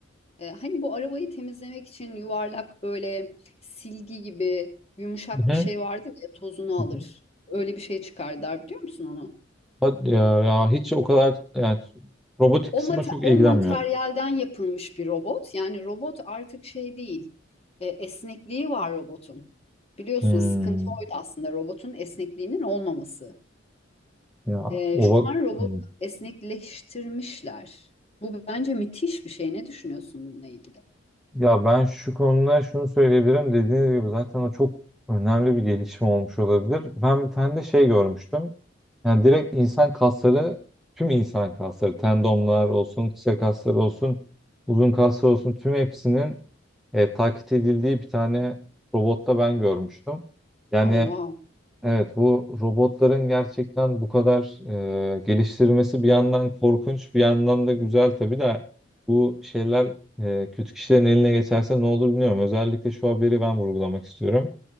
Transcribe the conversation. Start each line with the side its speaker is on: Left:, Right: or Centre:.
Left: E, hani bu arabayı temizlemek için yuvarlak böyle silgi gibi yumuşak
Centre: Hı
Left: bir şey vardır ya tozunu
Centre: hı.
Left: alır. Öyle bir şey çıkardılar biliyor musun onu?
Centre: Hadi ya, ya hiç o kadar yani robotik
Left: O,
Centre: kısmına
Left: mate-
Centre: çok
Left: o
Centre: ilgilenmiyorum.
Left: materyalden yapılmış bir robot. Yani robot artık şey değil. E, esnekliği var robotun. Biliyorsun
Centre: Hmm,
Left: sıkıntı oydu aslında robotun esnekliğinin olmaması.
Centre: ya
Left: E,
Centre: o
Left: şu
Centre: bak-
Left: an robot
Centre: hmm.
Left: esnekleştirmişler. Bu bence müthiş bir şey. Ne düşünüyorsun bununla ilgili?
Centre: ya ben şu konuda şunu söyleyebilirim dediğiniz gibi zaten o çok önemli bir gelişim olmuş olabilir. Ben bir tane de şey görmüştüm. Yani direkt insan kasları tüm insan kasları tendonlar olsun, kısa kaslar olsun, uzun kaslar olsun tüm hepsinin e, taklit edildiği bir tane robotta ben görmüştüm. Yani
Left: Oh, wow.
Centre: Evet, bu robotların gerçekten bu kadar e, geliştirmesi bir yandan korkunç, bir yandan da güzel tabii de bu şeyler e, kötü kişilerin eline geçerse ne olur bilmiyorum. Özellikle şu haberi ben vurgulamak istiyorum.